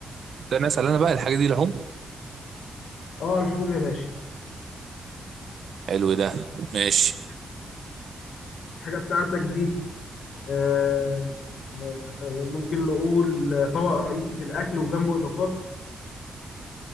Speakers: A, on the right; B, on the left.
A: ده انا اسال انا بقى الحاجه دي لحوم
B: اه لحوم يا باشا
A: حلو ده ماشي
B: الحاجه بتاعتك دي آه، آه، آه، ممكن نقول طبق رئيسي في الاكل وجنبه اضافات